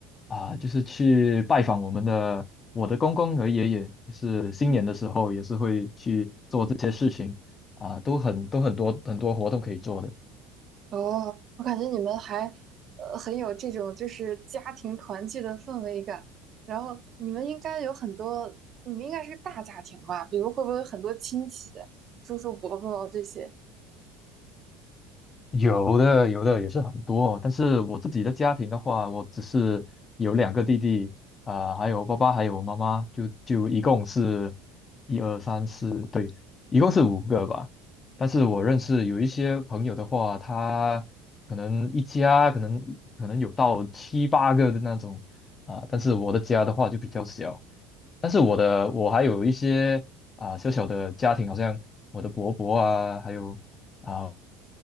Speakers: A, on the left; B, on the right.
A: 啊，就是去拜访我们的我的公公和爷爷，就是新年的时候也是会去做这些事情啊，
B: 嗯
A: 都很都很多很多活动可以做的。
B: 哦，我感觉你们还呃很有这种就是家庭团聚的氛围感。然后你们应该有很多，你们应该是个大家庭吧？比如会不会有很多亲戚、叔叔伯伯这些？
A: 有的，有的也是很多，但是我自己的家庭的话，我只是有两个弟弟，啊、还有爸爸，还有妈妈，就就一共是一二三四，对，一共是五个吧。但是我认识有一些朋友的话，他可能一家可能可能有到七八个的那种，啊、但是我的家的话就比较小。但是我的我还有一些啊、小小的家庭，好像我的伯伯啊，还有。啊。